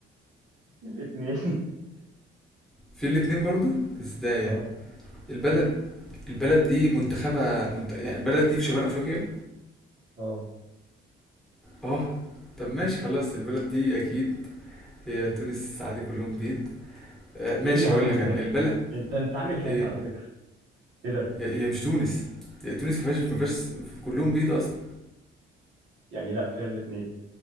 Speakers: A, on the right; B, in the centre.
A: <laughs> في الاثنين
B: في الاتنين برضو ازاي
A: <laughs>
B: يعني
A: اه
B: البلد البلد دي منتخبها منت... يعني البلد دي في شمال افريقيا
A: اه
B: اه طب ماشي خلاص البلد دي اكيد هي تونس السعادي كلهم بيض آه ماشي
A: ايه يا عم
B: هقول لك
A: ده
B: انا البلد
A: انت انت عامل هاك
B: ايه
A: على فكره ايه ده
B: هي, هي مش تونس هي تونس ما فيهاش ما فيهاش كلهم بيض اصلا
A: يعني لا فيها الاثنين